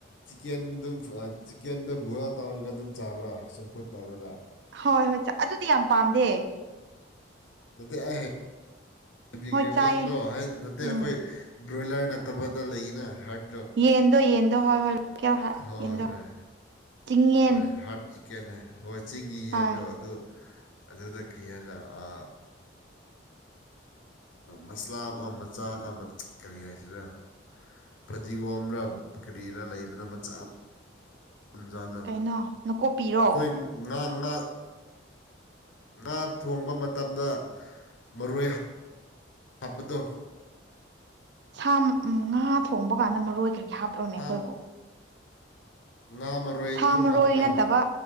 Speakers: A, on the left; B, on the right.
A: ꯆꯤꯛꯀꯦꯟ ꯑꯗꯨꯝ ꯆꯤꯀꯦꯟꯗ ꯕꯣꯏꯜ ꯇꯧꯔꯒ ꯑꯗꯨꯝ ꯆꯥꯕ꯭ꯔꯥ ꯆꯝꯐꯨꯠ ꯇꯧꯔꯒ
B: ꯍꯣꯏ ꯍꯣꯏ ꯑꯗꯨꯗꯤ ꯌꯥꯝ ꯄꯥꯝꯗꯦ
A: ꯅꯠꯇꯦ ꯑꯩꯒꯦꯗꯣ
B: ꯍꯣꯏ ꯆꯥꯏꯌꯦ
A: ꯅꯠꯇꯦ
B: ꯎꯝ
A: ꯑꯩꯈꯣꯏ ꯕ꯭ꯔꯣꯏꯂꯔ ꯅꯠꯇꯕꯗ ꯂꯩꯅ ꯍꯠ
B: ꯌꯦꯟꯗꯣ ꯌꯦꯟꯗꯣ ꯍꯣꯏ ꯍꯣꯏ ꯂꯣꯀꯦꯜ ꯍꯥꯔ
A: ꯍꯣꯏ
B: ꯌꯦꯟꯗꯣ
A: ꯍꯣꯏ
B: ꯆꯤꯡꯌꯦꯟ
A: ꯍꯣꯏ ꯍꯥꯔꯠ ꯆꯤꯛꯀꯦꯟ ꯍꯥꯏ ꯍꯣꯏ ꯆꯤꯡꯒꯤ ꯌꯦꯟꯗꯣ
B: ꯍꯣꯏ
A: ꯑꯗꯨ ꯑꯗꯨꯗ ꯀꯔꯤ ꯍꯥꯏꯔ ꯑꯥ ꯃꯁꯂꯥ ꯑꯃ ꯃꯆꯥꯛ ꯑꯃ ꯀꯔꯤ ꯍꯥꯏꯁꯤꯔ ꯐꯗꯤꯒꯣꯝꯔ ꯀꯔꯤꯔꯥ ꯂꯩꯕꯗꯣ ꯃꯆꯥ ꯑꯃ ꯇꯟꯖꯥꯗ
B: ꯀꯩꯅꯣ ꯅꯀꯨꯞꯄꯤꯔꯣ
A: ꯑꯈꯣꯏ ꯉꯥ ꯉꯥ ꯉꯥ ꯊꯣꯡꯕ ꯃꯇꯝꯗ ꯃꯔꯣꯏ ꯍꯦꯞ ꯍꯥꯞꯄꯗꯣ
B: ꯁꯥ ꯉꯥ ꯊꯣꯡꯕ ꯀꯥꯟꯗ ꯃꯔꯣꯏ ꯀꯔꯤ ꯍꯥꯞꯄꯂꯣꯅꯦ
A: ꯉꯥ
B: ꯑꯩꯈꯣꯏꯕꯨ
A: ꯉꯥ ꯃꯔꯣꯏ
B: ꯁꯥ
A: ꯑꯗꯨꯝ
B: ꯃꯔꯣꯏ
A: ꯍꯥꯞꯄꯅꯝ
B: ꯅꯠꯇꯕ